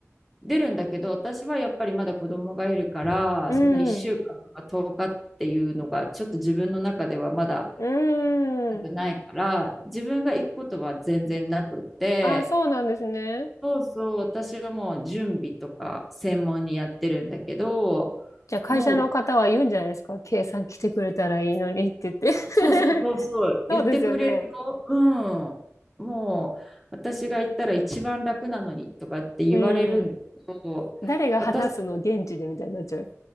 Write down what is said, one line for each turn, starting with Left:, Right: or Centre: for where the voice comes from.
Centre: 出るんだけど、私はやっぱりまだ子供がいるから、
Left: うん。
Centre: そんな1週間とか10日っていうのが、ちょっと自分の中ではまだ
Left: うん。
Centre: ないから、自分が行くことは全然なくって、
Left: あ、そうなんですね。
Centre: そうそう、私はもう準備とか専門にやってるんだけど、
Left: じゃあ会社の方は言うんじゃないですか。
Centre: もう、
Left: K さん来てくれたらいいのにって言って。
Centre: そうそうそうそう、
Left: <laughs> そうですよね。
Centre: 言ってくれるよ。うん。もう、私が行ったら一番楽なのにとかって言われるんだけど、
Left: うん。誰が話すの現地でみたいになっちゃう。
Centre: 私、